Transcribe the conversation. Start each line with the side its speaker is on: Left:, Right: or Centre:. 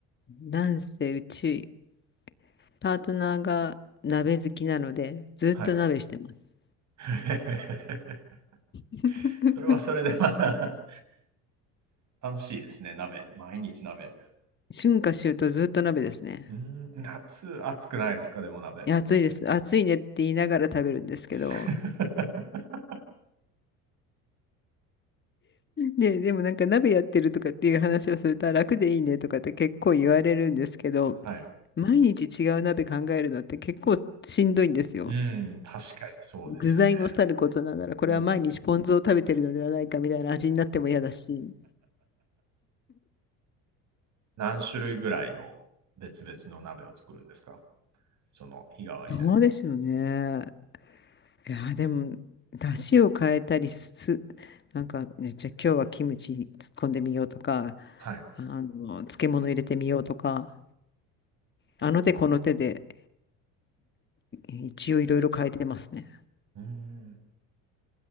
Left: なんせうち、パートナーが鍋好きなので、ずっと鍋してます。
Right: はい。<laughs>
Left: <laughs>
Right: それはそれでまた <laughs> 楽しいですね。鍋。毎日鍋。
Left: 春夏秋冬ずっと鍋ですね。
Right: うーん、夏暑くないですかでも鍋って。
Left: いや、暑いです。暑いねって言いながら食べるんですけど。
Right: <laughs>
Left: で、でもなんか鍋やってるとかっていう話をすると、あ楽でいいねとかって結構言われるんですけど、
Right: はい。
Left: 毎日違う鍋考えるのって結構しんどいんですよ。
Right: うん、確かにそうですよね。
Left: 具材もさることながら、これは毎日ポン酢を食べてるのではないかみたいな味になっても嫌だし。
Right: うん。何種類ぐらいの別々の鍋を作るんですかその日替わりで。
Left: どうでしょうね。いやー、でも、出汁を変えたりす、なんか、ね、じゃあ今日はキムチ突っ込んでみようとか、
Right: はい。
Left: あの、漬物入れてみようとか、
Right: ほうほ
Left: あの手この手で、い一応いろいろ変えてますね。
Right: う。うーん。